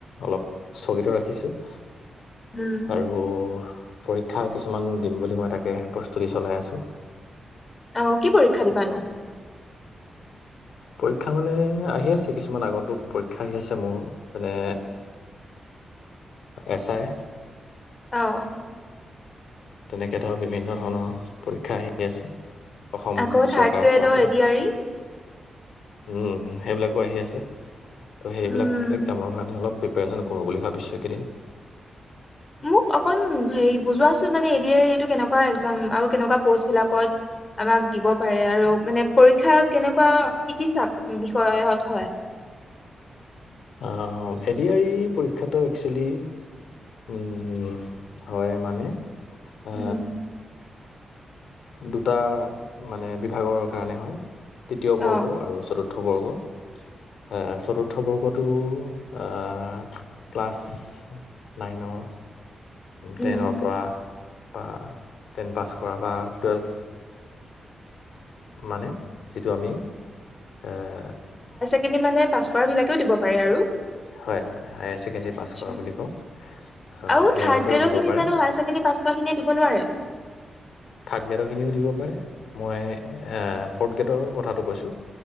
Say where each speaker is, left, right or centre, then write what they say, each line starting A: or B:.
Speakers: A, on the left (about 90°); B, on the left (about 30°).
A: অলপ স্থগিত ৰাখিছোঁ ।
B: উম,
A: আৰু। পৰীক্ষা কিছুমান দিম বুলি মই তাকে প্ৰস্তুতি চলাই আছোঁ। অ
B: অ কি পৰীক্ষা দিবানো?
A: পৰীক্ষা মানে আহি আছে কিছুমান আগন্তুক পৰীক্ষা আহি আছে মোৰ যেনে এছ আই
B: অহ
A: তেনেকে ধৰ বিভিন্ন ধৰণৰ পৰীক্ষা আহি আছে। অসম
B: আকৌ থাৰ্ড
A: চৰকাৰৰ
B: গ্ৰেডৰ
A: ফালৰ পৰা
B: এ ডি আৰ ই
A: উম সেইবিলাকো আহি আছে । ত' সেইবিলাক
B: উম।
A: একজামৰ কাৰণে অলপ প্ৰি প্ৰিপিৰেচন কৰোঁ বুলি ভাবিছোঁ এইকেইদিন
B: মোক অকণ হে বুজোৱাচোন মানে এ ডি আৰ ই ইটো কেনেকোৱা একজাম আৰু কেনেকুৱা পষ্ট বিলাকত আমাক দিব পাৰে আৰু মানে পৰীক্ষাত কেনেকোৱা কি কি বিষয়ত হয়?
A: অ এ ডি আৰ ই পৰীক্ষাটো একচোৱেলি উম হয় মানে অ।
B: উম,
A: দুটা মানে বিভাগৰ কাৰণে হয়। তৃতীয়
B: অ,
A: বৰ্গ আৰু চতুৰ্থ, ৰ্থ বৰ্গ। অ চতুৰ্থ বৰ্গত টো অ ক্লাছ নাইনৰ
B: উম,
A: টেনৰ পৰা বা টেন পাছ কৰা বা টুৱেলভ মানে যিটো আমি অহ।
B: সেখিনি মানে পাছ কৰা বিলাকেও দি পাৰে আৰু
A: হয়, হয় হায়াৰ ছেকেণ্ডেৰী পাছ
B: আচ্ছা
A: কৰা বুলি কওঁ। অ',
B: আৰু
A: সেওঁলোকেও
B: থাৰ্ড গ্ৰেডৰখিনি
A: দিব পাৰে
B: জানো হায়াৰ ছেকেণ্ডেৰী পাছ কৰা খিনিয়ে দিব নোৱাৰে।
A: থাৰ্ড গ্ৰেডৰখিনিও দিব পাৰে মই ফৰ্ড গ্ৰেডৰ কথাটো কৈছোঁ।